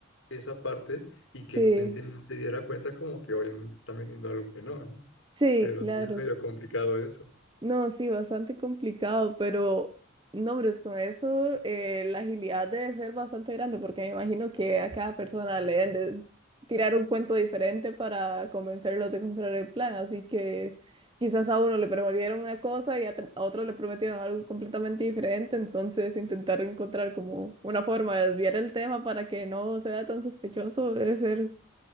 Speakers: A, on the left; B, on the right.
A: esa parte y que
B: Sí,
A: el cliente no se diera cuenta como que obviamente están vendiendo algo que no, ¿no?
B: sí,
A: Pero
B: claro.
A: sí es medio complicado eso.
B: No, sí, bastante complicado, pero no, pero es con eso eh, la agilidad debe ser bastante grande, porque me imagino que a cada persona le deben de tirar un cuento diferente para convencerlos de comprar el plan, así que quizás a uno le prometieron una cosa y a, tr- a otro le prometieron algo completamente diferente, entonces intentar encontrar como una forma de desviar el tema para que no sea tan sospechoso debe ser